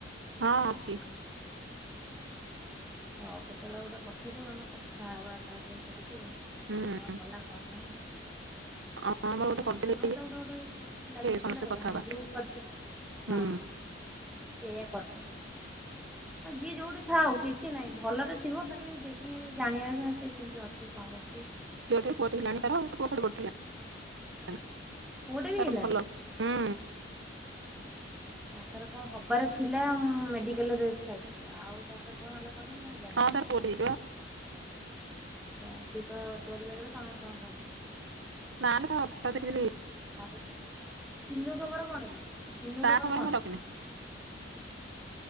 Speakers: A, on the right; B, in the centre.
A: ହଁ ଅଛି
B: ହଉ କେତେବେଳେ ଗୋଟେ ପଠେଇଦେବୁ ଆମେ କଥା ହେବା ତା ସହିତ ଟିକେ। ସେ
A: ହୁଁ
B: କଣ କଲା କଣ ନାହିଁ।
A: ଆମର ଗୋଟେ
B: ହଁ
A: କରିଦେଲେ
B: ସମସ୍ତେ ଗୋଟେ ଗୋଟେ ଇଏ ଲାଗିକି
A: ସମସ୍ତେ
B: ଗଲେ
A: କଥା ହବା
B: ଗ୍ରୁପ କରିଦେଲେ ହଁ
A: ହୁଁ।
B: ସେଇଆ କଥା ହ ଯିଏ ଯୋଉଠି ଥାଉ କିଛି ନାହିଁ ଭଲରେ ଥିବ ଖାଲି ଦେଖ କି ଜାଣିଜାଉ ନାହାନ୍ତି ସେ କେମିତି ଅଛି କଣ କରୁଛି
A: ଝିଅ ଟେ ପୁଅଟେ ହେଲାଣି ତାର ପୁଅ ଖାଲି ଗୋଟେ ନା
B: ପୁଅଟେ ବି
A: ତାର
B: ହେଲାଣି
A: ଭଲ ହୁ
B: ନା ତାର କଣ ହବାର ଥିଲା ହଁ ମେଡିକାଲରେ ରହିଥିଲା ସିଏ ଆଉ ତାପରେ କଣ ହେଲା କଣ ନାହିଁ ମୁଁ ଆଉ ଜାଣିନି।
A: ହଁ ତାର ପୁଅଟେ ହେଇଚି ପା
B: ଯା ହୋଉ ତୁ ତ ତୋରି ପାଖରେ ସମସ୍ତ ଙ୍କ ଖବର
A: ନା ଲୋ ଅଟ ଦେଇଦେଲି
B: ଆଉ ତିନୁ ଖବର କଣ ବେ ତିନୁ
A: ତା
B: ଖବର କଣ?
A: ମୁଁ ରଖିନି